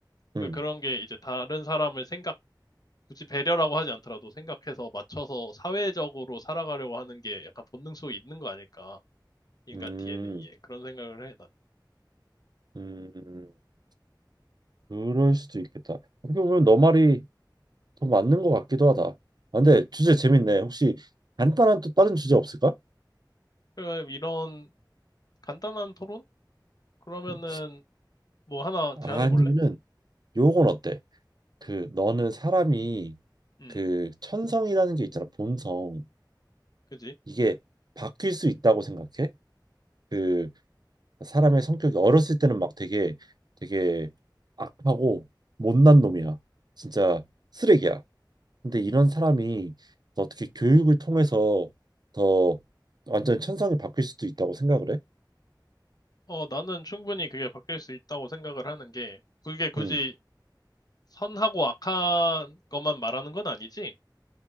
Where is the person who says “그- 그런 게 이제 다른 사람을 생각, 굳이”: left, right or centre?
Left